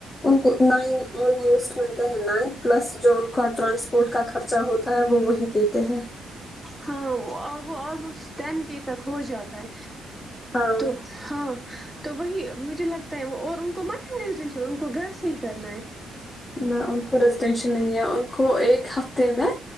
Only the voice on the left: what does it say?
ان کو نائن آلموسٹ ملتا ہے نائن پلس ج کارڈ <unintelligible> ٹرانسپورٹ کا خرچہ ہوتا ہے وہ وہی دیتے ہیں
ہاں
نہ ان کو ریزیڈینشیل نہیں ہے ان کو ایک ہفتے میں